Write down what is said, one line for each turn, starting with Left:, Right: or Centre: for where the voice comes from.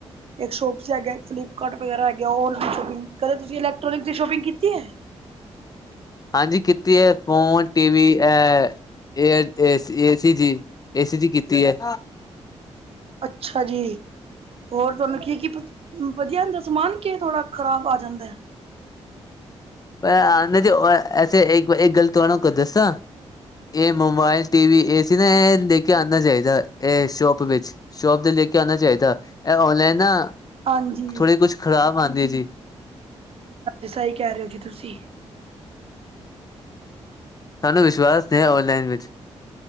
Right: ਇੱਕ ਸ਼ੋਪਸੀ ਹੈਗਾ ਫਲਿਪਕਾਰਟ ਵਗੈਰਾ ਹੈਗਾ ਔਨਲਾਈਨ ਸ਼ੋਪਿੰਗ ਕਦੇ ਤੁਸੀਂ ਇਲੈਕਟੋਨਿਕ ਦੀ ਸ਼ੋਪਿੰਗ ਕੀਤੀ ਹੈ। <inaudible>
Left: ਹਾਂਜੀ ਕੀਤੀ ਹੈ ਫੋਨ ਟੀਵੀ ਅ ਏ ਏ ਸੀ ਜੀ। ਏ ਸੀ ਜੀ ਕੀਤੀ ਹੈ।
Right: ਅੱਛਾ ਜੀ। ਹੋਰ ਤੁਹਾਨੂੰ ਕੀ ਕੀ ਵਧੀਆ ਆਦਾ ਸਮਾਨ ਕਿ ਥੋੜ੍ਹਾ ਖ਼ਰਾਬ ਆ ਜਾਂਦਾ ਏ।
Left: <unintelligible> ਇਹ ਮੋਬਾਇਲ ਟੀ ਵੀ ਇਹ ਸੀ ਨਾ ਇਹ ਦੇ ਕੇ ਆਉਣਾ ਚਾਹੀਦਾ ਇਹ ਸ਼ੋਪ ਵਿੱਚ। ਸ਼ੋਪ ਦੇ ਲੈ ਕੇ ਆਉਣਾ ਚਾਹੀਦਾ ਇਹ ਔਨਲਾਈਨ ਨਾ
Right: ਹਾਂਜੀ
Left: ਥੋੜ੍ਹੀ ਕੁਛ ਖ਼ਰਾਬ ਆਉਂਦੀ ਹੈ ਜੀ।
Right: ਸਹੀ ਕਹਿ ਰਹੇ ਹੋ ਜੀ ਤੁਸੀਂ।
Left: ਵਿਸ਼ਵਾਸ ਨੇ ਔਨਲਾਈਨ ਵਿੱਚ।